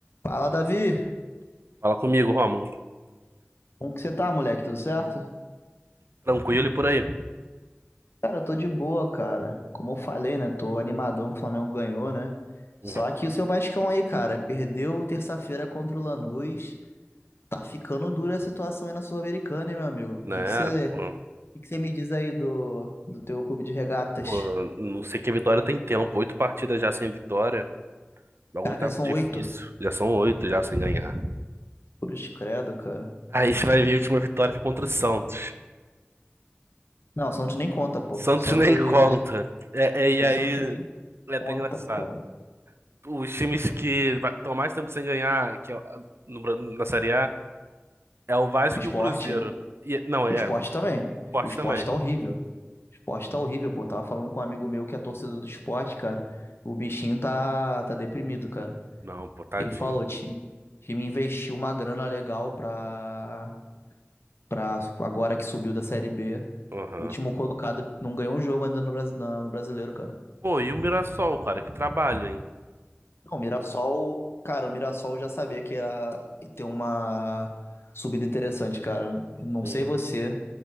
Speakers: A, on the left (about 65°); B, on the right (about 65°).
A: Fala, Davi.
B: Fala comigo, Rômulo.
A: Como que você tá, moleque? Tudo certo?
B: Tranquilo e por aí.
A: Cara, eu tô de boa, cara. Como eu falei, né? Tô animadão que o Flamengo ganhou, né?
B: Uhum.
A: Só que o seu Vascão aí, cara, perdeu terça-feira contra o Lanús. Tá ficando dura a situação aí na Sul-Americana, hein, meu amigo?
B: Né?
A: O que que você,
B: Pô,
A: o que que você me diz aí do, do teu clube de regatas?
B: pô, não sei que a Vitória tem tempo. Oito partidas já sem vitória. O bagulho
A: Caraca,
B: tá
A: são
B: difícil.
A: oito.
B: Já são oito já sem ganhar.
A: Cruz credo, cara.
B: Aí a gente vai ver a última vitória foi contra o Santos.
A: Não, o Santos nem conta, pô.
B: Santos
A: O Santos,
B: nem
A: é,
B: conta. É, é, e
A: o
B: aí
A: Santos nem
B: é até
A: conta,
B: engraçado.
A: cara.
B: Os times que estão mais tempo sem ganhar que é o- no Bra- na Série A é o Vasco
A: O Esporte?
B: e o Cruzeiro. E, não, é
A: O esporte também.
B: forte
A: O esporte
B: também.
A: tá horrível. Esporte tá horrível, pô. Tava falando com um amigo meu que é torcedor do esporte, cara. O bichinho tá, tá deprimido, cara.
B: Não, pô, tadinho.
A: Ele falou, time, time investiu uma grana legal pra, pra agora que subiu da Série B.
B: Aham.
A: O último colocado não ganhou um jogo ainda no, Brasi- na- no Brasileiro, cara.
B: Pô, e o Mirassol, cara, que trabalho, hein?
A: Não, o Mirassol, cara, o Mirassol eu já sabia que ia ter uma subida interessante, cara. Não
B: Sim.
A: sei você,